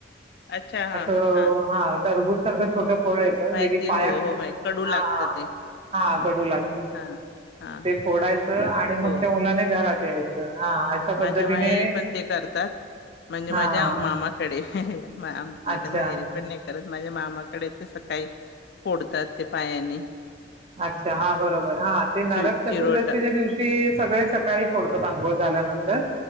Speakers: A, on the left; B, on the right.
A: अच्छा हां
B: असं
A: हां
B: हा तरबुज. सारखं छोट फोळ येतं
A: माहिती
B: जे की पायाखाली
A: हो हो माहि कडू
B: हा
A: लागतं
B: हा
A: ते
B: हा घडू लागतं.
A: हां हां
B: ते फोडायचं आणि मग
A: हो
B: त्या मुलाने घरात यायचं हा. अशा
A: माझ्या
B: पद्धतीने
A: माय पण ते करतात म्हणजे माझ्या
B: हा हा
A: मामा. कडे माझ्या
B: अच्छा
A: माहेरी पण नाही करत माझ्या मामाकडे ते सकाळी. फोडतात ते पायांनी.
B: अच्छा हा बरोबर हा ते नरक
A: चि चिरोट
B: चतुर्दशीच्या दिवशी. ते सगळे सकाळी फोडतातंघोळ झाल्यानंतर